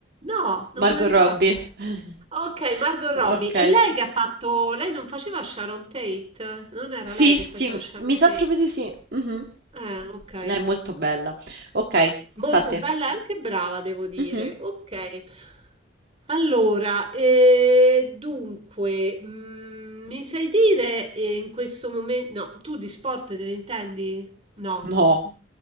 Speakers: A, on the right; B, on the right.
A: No, non
B: Margot
A: me lo ricordo.
B: Robbie. <laughs>
A: Ok, Margot Robbie.
B: Ok.
A: È lei che ha fatto... Lei non faceva Sharon Tate? Non era
B: Sì,
A: lei che faceva
B: sì,
A: Sharon
B: mi sa
A: Tate?
B: proprio di sì. Mhm.
A: Eh, ok.
B: Lei è molto bella. Ok,
A: Molto
B: sta a te.
A: bella e anche brava, devo dire.
B: Mhm.
A: Ok. Allora, eh, dunque, mm, mi sai dire eh, in questo momento... No, tu di sport te ne intendi? No.
B: No.